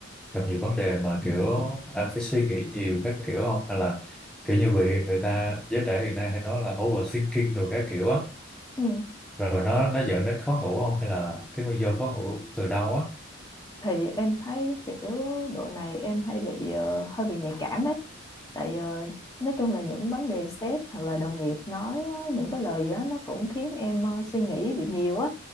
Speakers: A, in the centre; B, on the left (about 20°).
A: gặp nhiều vấn đề mà kiểu em phải suy nghĩ nhiều các kiểu không? Hay là kiểu như bị người ta giới trẻ hiện nay hay nói là overthinking đồ các kiểu á,
B: Ừ.
A: rồi nó nó dẫn đến khó ngủ không? Hay là cái nguyên do khó ngủ từ đâu á?
B: Thì em thấy kiểu độ này em hay bị ờ, hơi bị nhạy cảm ấy tại ờ, nói chung là những vấn đề sếp hoặc là đồng nghiệp nói á, những cái lời gì đó nó cũng khiến em ờ, suy nghĩ bị nhiều á